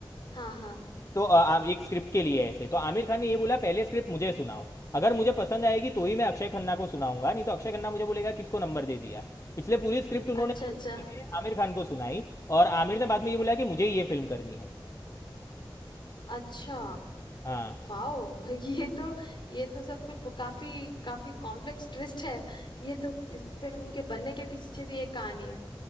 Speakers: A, on the left; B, on the left.
A: हाँ हाँ
B: तो अ, आ, एक स्क्रिप्ट के लिए ऐसे तो आमिर खान ने ये बोला पहले स्क्रिप्ट मुझे सुनाओ अगर मुझे पसंद आएगी तो ही मैं अक्षय खन्ना को सुनाऊंगा नहीं तो अक्षय खन्ना मुझे बोलेगा किसको नंबर दे दिया इसलिए पूरी स्क्रिप्ट उन्होंने
A: अच्छा
B: आमिर
A: अच्छा
B: खान के लिए आमिर खान को सुनाई और आमिर ने बाद में ये बोला कि मुझे ये फिल्म करनी है
A: अच्छा
B: हाँ
A: वाओ <laughs> ये तो ये तो सब कुछ ब- काफी काफी कॉम्प्लेक्स ट्विस्ट है ये तो इस फिल्म के बनने के पीछे भी एक कहानी है